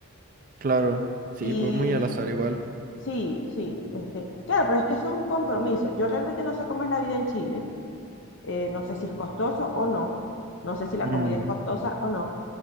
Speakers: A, on the right; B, on the left.
A: claro, sí,
B: Y
A: pues muy al azar igual.
B: sí, sí, este, claro, pero es que eso es un compromiso. Yo realmente no sé cómo es la vida en Chile, eh, no sé si es costoso o no, no sé si la
A: Mm,
B: comida es costosa o no,